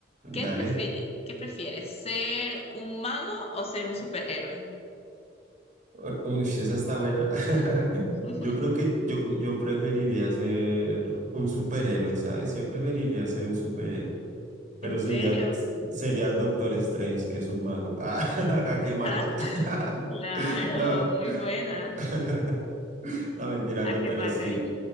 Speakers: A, on the left; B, on the right.
A: ¿Qué
B: Dale.
A: preferi- qué prefieres? ¿Ser un mago o ser un superhéroe?
B: U- Uy, esa está buena. <laughs>
A: <laughs>
B: Yo creo que yo, yo preferiría ser un superhéroe, ¿sabes? Yo preferiría ser un superhéroe. Pero
A: ¿En serio?
B: sería, sería Doctor Strange, que es un mago. Ah, <laughs> jaque mate.
A: Ah,
B: <laughs>
A: Claro,
B: No,
A: muy
B: <laughs>
A: buena.
B: no mentiras,
A: Jaque
B: no, pero
A: mate
B: sí.
A: ahí.